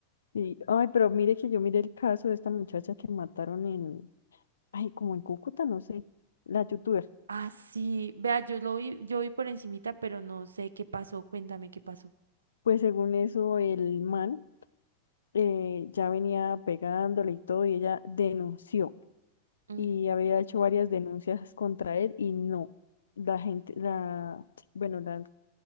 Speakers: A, on the left (about 65°); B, on the right (about 70°).
A: Y, ay, pero mire que yo miré el caso de esta muchacha que mataron en, ay, como en Cúcuta, no sé, la youtuber.
B: Ah, sí. Vea, yo lo vi, yo vi por encimita, pero no sé qué pasó. Cuéntame qué pasó.
A: Pues según eso, el man eh, ya venía pegándole y todo, y ella denunció.
B: Mm,
A: Y había hecho varias denuncias contra él y no. La gente, la, bueno, la